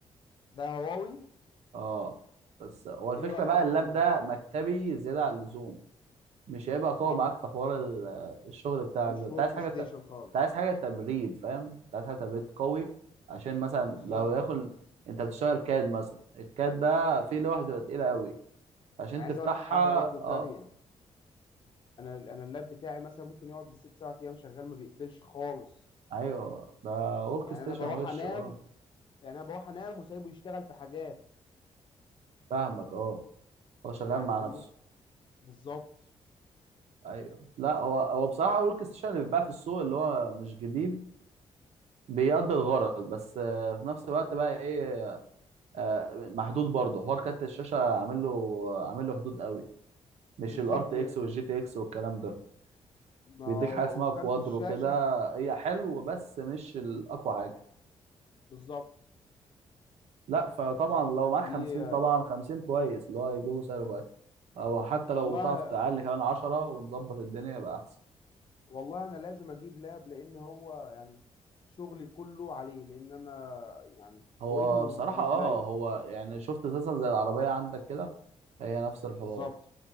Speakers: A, on the left; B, on the right.
A: ده هواوي
B: اه بس هو الفكره
A: ايه رأيك
B: بقى اللاب
A: فيه
B: ده مكتبي زياده عن اللزوم مش هيبقى قوي
A: اه
B: معاك في حوار ال- الشغل بتاعك
A: مش
B: ده انت
A: ورك
B: عايز حاجه
A: ستيشن
B: ت... انت
A: خالص
B: عايز حاجه تبريد فاهم انت عايز حاجه تبريد قوي عشان مثلا
A: بالظبط
B: لو ياخد انت بتشتغل كاد مثلا الكاد ده فيه لوحه بتبقى تقيله قوي عشان
A: انا عايز
B: تفتحها
A: اقول لك حاجة برضو تانية
B: اه
A: انا انا اللاب بتاعي مثلا ممكن يقعد بالست سبع ايام شغال ما بيقفلش خالص
B: ايوه ده ورك
A: يعني
B: ستيشن
A: انا بروح
B: وش
A: انام
B: اه
A: يعني انا بروح انام وسايبه يشتغل في حاجات
B: فاهمك اه هو شغال
A: يعني
B: مع
A: انا
B: نفسه
A: ممكن بالظبط
B: ايوه لا هو هو بصراحه ورك ستيشن اللي بيتباع في السوق اللي هو مش جديد بيقضي الغرض بس آه، في نفس الوقت بقى ايه آه، محدود برضه حوار كارت الشاشه عامل له عامل له حدود قوي مش
A: بالظبط
B: الار تي اكس والجي تي اكس والكلام ده
A: ما
B: بيديك
A: هو
B: حاجه اسمها كوادرو
A: كارت الشاشه
B: كده هي حلو بس مش الاقوى حاجه
A: بالظبط
B: لا فطبعا
A: بالظبط
B: لو معاك
A: دي
B: 50 طبعا 50 كويس اللي هو هيجيبه سعر كويس او حتى لو
A: والله
B: تعرف تعلي كمان 10 ونظبط الدنيا يبقى احسن
A: والله انا لازم اجيب لاب لان هو يعني شغلي كله عليه لان انا يعني
B: هو
A: هو ايدي ورج-
B: بصراحه
A: ورجلي
B: اه هو يعني شفت اساسا زي العربيه عندك كده هي نفس الحوار
A: بالظبط